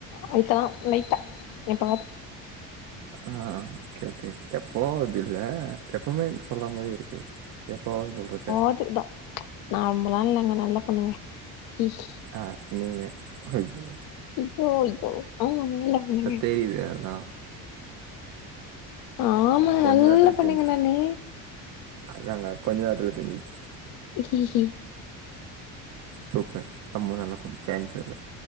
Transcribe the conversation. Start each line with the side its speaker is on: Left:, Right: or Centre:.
Left: அதுக்காக லைட்டா எப்பாவ்து
Right: அ ஓகே ஓகே எப்பாவ்து இல்ல எப்போமே சொல்ற மாரி இருக்கு எப்போவாவ்து சொல்ருப்ப
Left: அதுத்தா நா ரொம்பலா இல்லங்க நல்ல பொண்ணுங்க விஷ்
Right: அ நீங்க அய்யோ
Left: ஐய்யோ ஐய்யோ ஆமாங்க நல்ல பொண்ணுங்க
Right: தெரியுது அதா
Left: ஆமாங்க
Right: கொஞ்ச
Left: நல்ல
Right: நேரத்துல
Left: பொண்ணுங்க
Right: தெரிஞ்சு
Left: நானு
Right: அதாங்க கொஞ்ச நேரத்துல தெரிஞ்சிச்சு
Left: ஹிஹி
Right: சூப்பர் ரொம்ப நல்ல பொண்ணு டைம் சரில்ல